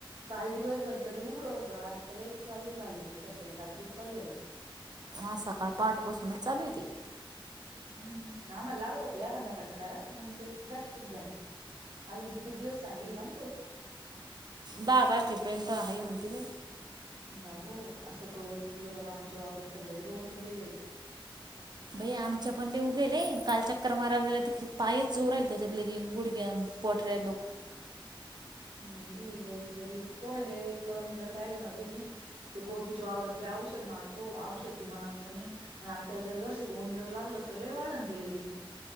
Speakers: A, on the right; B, on the right.
A: काल दिवसभर तरी उघडं होतं, आजतसही चालू चाललंय, सकाळी रात्री चालू झालं
B: आज सकाळ पाटपासूनच चालू आहे ते
A: हम्म, आम्हाला लागत होता एखांदा फटकार म्हण, ते जास्त झालं अजून कितीक दिवस सांगेल का पाऊस?
B: दहा तारखेपर्यंत आहे म्हणती बाई
A: बाबो असं गवत उगवल आमच्या वावरात तर लय गवत उगले
B: भई आमच्या पणले उघेलय, काल चक्क्कर मारायला गे तर पायच चोरहिल, त्यातच ल गुडग्‍या पोटर लो
A: नाही लगेच, लगेच म्हणजे दोन जर पाहिला ना तुम्ही ते गोबीच्या वावरात बी औष औषध मारतो, औषध बी मारलं आणि, आणि आल्याला जर-जर शिकवन जर लागलं, तर लई वाढंन ती लगे